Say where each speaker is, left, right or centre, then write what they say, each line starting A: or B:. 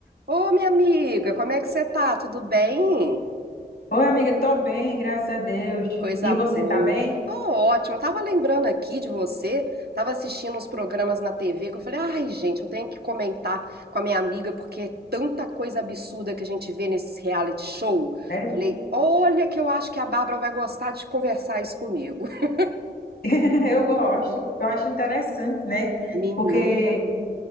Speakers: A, on the right (about 75°); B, on the left (about 75°).
A: Ô, minha amiga, como é que você tá? Tudo bem?
B: Oi, amiga, tô bem, graças a Deus.
A: Coisa
B: E você
A: boa.
B: tá bem?
A: Tô ótima. Eu tava lembrando aqui de você, tava assistindo uns programas na TV que eu falei, ai, gente, eu tenho que comentar com a minha amiga porque é tanta coisa absurda que a gente vê nesses reality show.
B: Sério?
A: Falei, olha que eu acho que a Bárbara vai gostar de conversar isso comigo. <laughs>
B: <laughs> Eu gosto, eu acho interessante, né?
A: Menina,
B: Porque